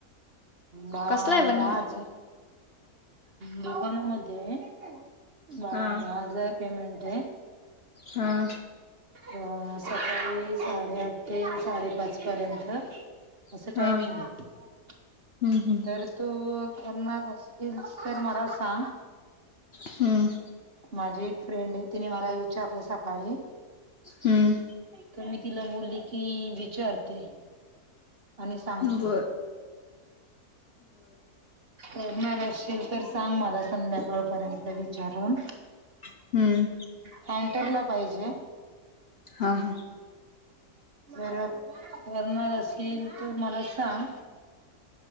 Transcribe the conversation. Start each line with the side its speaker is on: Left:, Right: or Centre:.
Right: माझं
Left: कसला आहे पण
Right: दुकानामध्येये. बा
Left: हा
Right: दहा हजार पेमेंटये.
Left: हम्म.
Right: अं सकाळी साडेआठ ते साडेपाच पर्यंत असं
Left: हा
Right: टायमिंगये.
Left: हम्म हम्म
Right: तर तू करणार असलिल तर मला सांग.
Left: हम्म
Right: माझी एक फ्रेंडये, तिने मला विचारलं सकाळी.
Left: हम्म.
Right: तं मी तिला बोलली की, विचारते. आणि सांगते.
Left: बरं.
Right: करणार असशिल तर सांग मला, संध्याकाळ पर्यंत विचारून.
Left: हम्म
Right: काउंटरला पाहिजे.
Left: हा हा
Right: जर करणार असशिल तर मला सांग.